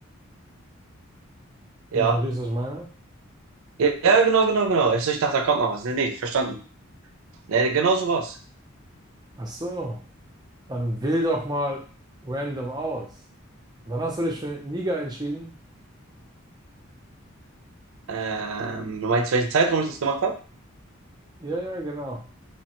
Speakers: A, on the right; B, on the right.
A: Ja.
B: Wenn du verstehst, was ich meine?
A: Ja, ja, genau, genau, genau. Ich, so, ich dachte, da kommt noch was. Nee, nee, verstanden. Nee, genau so war's.
B: Ach so, dann wähl doch mal random aus. Dann hast du dich für Niger entschieden.
A: Ähm, du meinst, welchen Zeitraum ich das gemacht habe?
B: Ja, ja, genau.